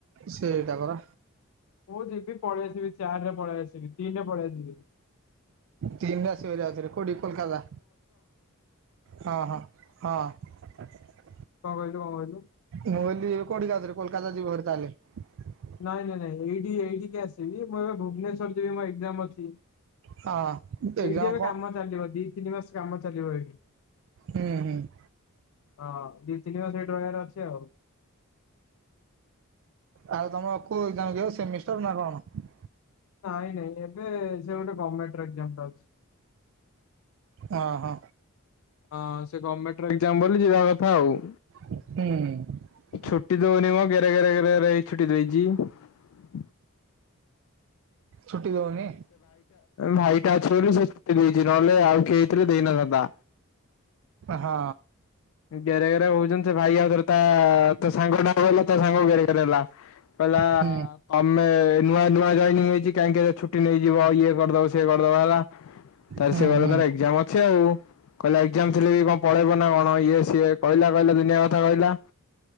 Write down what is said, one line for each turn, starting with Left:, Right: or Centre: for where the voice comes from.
Right: ସେଇଟା ପରା
Left: ମୁଁ ଯିବି ପଳେଇ ଆସିବି ଚାରି ରେ ପଳେଇ ଆସିବି ତିନରେ ପଳେଇ ଆସିବି।
Right: ତିନରେ ଆସିବ ଯାଉରେ କୋଉଠି କୋଲକାତା। ହଁ ହଁ ହଁ। <inaudible>
Left: କଣ କହିଲୁ କଣ କହିଲୁ
Right: ମୁଁ କହିଲି କୋଡିଏରେ ଆଉଥରେ କୋଲକାତା ଯିବ ହେରି ତାହାଲେ?
Left: ନାଇଁ ନାଇଁ ନାଇଁ ଏଇଠି ଏଇଠିକି ଆସିବି ମୁଁ ଏବେ ଭୁବନେଶ୍ଵର ଯିବି ମୋ ଏାଗ୍ଜାମ୍ ଅଛି।
Right: ହଁ ଏକ୍ଜାମ
Left: ଏଇଠି ଏବେ
Right: କଣ
Left: କାମ ଚାଲିବ ଦି ତିନି ମାସ କାମ ଚାଲିବ ଏଇଠି
Right: ହୁଁ ହୁଁ।
Left: ହଁ ଦି ତିନି ମାସ ଏଇଠି ରହିବାର ଅଛି ଆଉ <inaudible>
Right: ଆଉ ତମ କଉ ଏାଗ୍ଜାମ୍ କିରେ ସେମିଷ୍ଟର ନା କଣ?
Left: ନାଇଁ ନାଇଁ ଏବେ ସେ ଗୋଟେ ଗମେଣ୍ଟ ଏାଗ୍ଜାମ୍ ଯାଉଛି।
Right: ଅ ହ।
Left: ହଁ ସେ ଗମେଣ୍ଟର ଏଗ୍ଜାମ ବୋଲି ଯିବା କଥା ଆଉ
Right: ହୁଁ।
Left: ଛୁଟି ଦଉନି ବା ଗେରେ ଗେରେ ଗେରେ ହେଇକି ଛୁଟି ଦେଇଛି। <inaudible>
Right: ଛୁଟି ଦୋଉନି?
Left: ଭାଇ ଟା ଅଛି ବୋଲି ସେ ଛୁଟି ଦେଇଛି ନହେଲେ ଆଉ ଖଆଇଥିଲେ ଦେଇନଥାନ୍ତା।
Right: ହଁ।
Left: ଗେରେ ଗେରେ ହଉଛନ୍ତି ସେ ଭାଇ ଆଉଥରେ ତା ତୋ ସାଙ୍ଗ କହିଲା ତା ସାଙ୍ଗ ଗେରେଗେରେ ହେଲା କହିଲା
Right: ହୁଁ
Left: ତମେ ନୂଆ ନୂଆ ଜଏନିଂ ହେଇଛି କାହିଁକି ଛୁଟି ନେଇଯିବ ଆଉ ଇଏ କରିଦବ ସିଏ କରିଦବ ହେଲା। ତାହେଲେ
Right: ହୁଁ
Left: ସେ
Right: ହୁଁ
Left: ତର ଏକ୍ଜାମ ଅଛି ଆଉ କହିଲେ ଏଗ୍ଜାମ ଥିଲେ ବି କଣ ପଳେଇବ ନା କ ଇଏ ସିଏ କହିଲ କହିଲ ଦୁନିଆ କଥା କହିଲା